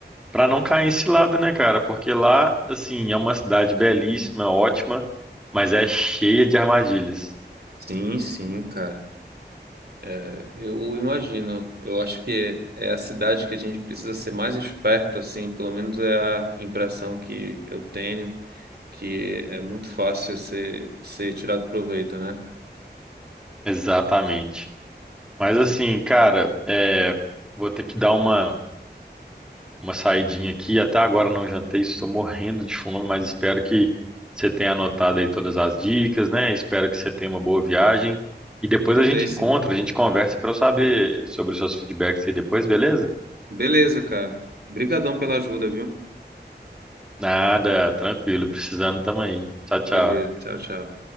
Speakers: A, in the centre; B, on the right.
A: para não cair em cilada, né, cara? Porque lá, assim, é uma cidade belíssima, ótima, mas é cheia de armadilhas.
B: Sim, sim, cara. É, Eu imagino. Eu acho que é a cidade que a gente precisa ser mais esperto, assim. Pelo menos é a impressão que eu tenho, que é muito fácil ser, ser tirado proveito, né?
A: Exatamente. Mas, assim, cara, é, vou ter que dar uma. uma saidinha aqui. Até agora não jantei, estou morrendo de fome, mas espero que você tenha anotado aí todas as dicas, né? Espero que você tenha uma boa viagem. E depois
B: Anotei,
A: a gente
B: sim.
A: encontra, a gente conversa para eu saber sobre os seus feedbacks aí depois, beleza?
B: Beleza, cara. Obrigadão pela ajuda, viu?
A: Nada, tranquilo, precisando, tamo aí. Tchau, tchau.
B: Beleza. Tchau, tchau.